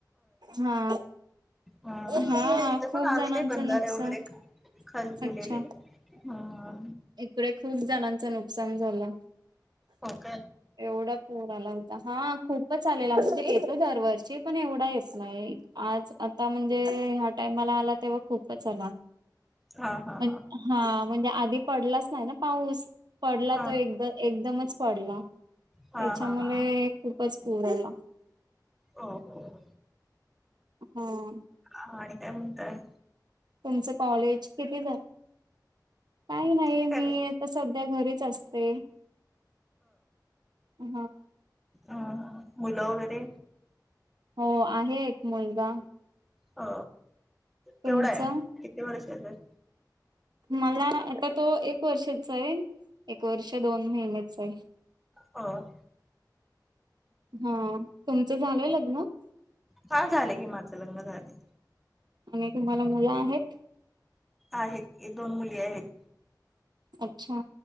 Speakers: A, on the right (about 70°); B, in the centre.
A: हा
B: हम
A: हा
B: तथं
A: खूप
B: पण आजते
A: जणांचं
B: बंधारे
A: नुकसान
B: वगैरे खाली केेलेले
A: अच्छा
B: ह
A: इकडे खूप जणांच नुकसान झाला
B: हो काय
A: एवढा पूर आला होता हा खूपच आलेलाणजे येत दरवर्षी पण एवढा येत नाही आज आता म्हणजे ह्या टाइम मला आला तेव्हा खूपच आला
B: हा हा
A: हा म्हणजे आधी पडलाच नाही ना पाऊस पडला
B: हा
A: तो एक एकदमच पडला
B: हा
A: त्याच्यामुळे
B: हा हा
A: खूपच पूर आला
B: हो
A: हां
B: हा आणि काय म्हणतय
A: तुमचं कॉलेज किती झालं काही नाही
B: तुम्ही
A: मी
B: काय कर
A: आता सध्या घरीच असते हा.
B: अ मुलं वगैरे
A: हो आहे एक मुलगा
B: अ
A: तुमचा
B: केवढा आहे किती वर्ष आहेच
A: मला आता तो एक वर्षाचा आहे एक वर्ष दोन महिन्याच आहे
B: ह
A: हा तुमचं झालंय लग्न
B: काय झालेय किमाचं लग्न झाले
A: आणि तुम्हाला मुलं आहेत
B: आहेत दोन मुली आहेत
A: अच्छा